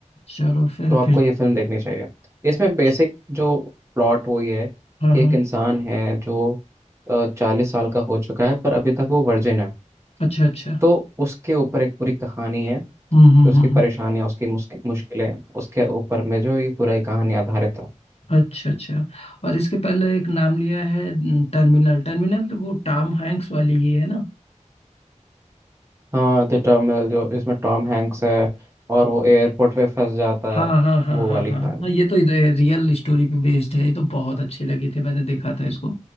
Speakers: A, on the left (about 55°); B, on the right (about 20°).
A: चलो फिर
B: तो आपको
A: फिर
B: ये फिल्म देखनी चाहिए इसमें
A: अच्छा
B: बेसिक जो प्लॉट वो ये है
A: हाँ
B: कि
A: हाँ
B: एक इंसान है जो चालीस साल का हो चुका है पर अभी तक वो वर्जिन है
A: अच्छा अच्छा
B: तो उसके ऊपर एक पूरी कहानी है
A: हम्म हम्म
B: कि उसकी
A: हम्म हम्म,
B: परेशानियां उसकी मुश्किल मुश्किलें उसके ऊपर में जो ये पूरा एक कहानी आधारित है
A: अच्छा अच्छा और इसके पहले एक नाम लिया है टर्मिनल टर्मिनल तो वो टॉम हैंक्स वाली ही है ना
B: हाँ द टर्मिनल जो जिसमें टॉम हैंक्स है और वो एयरपोर्ट पे फंस जाता
A: हाँ
B: है
A: हाँ हाँ हाँ
B: वो
A: हाँ
B: वाली
A: हाँ
B: कहानी
A: हाँ, ये तो रियल स्टोरी पे बेस्ड है ये तो बहुत अच्छी लगी थी मैंने देखा था इसको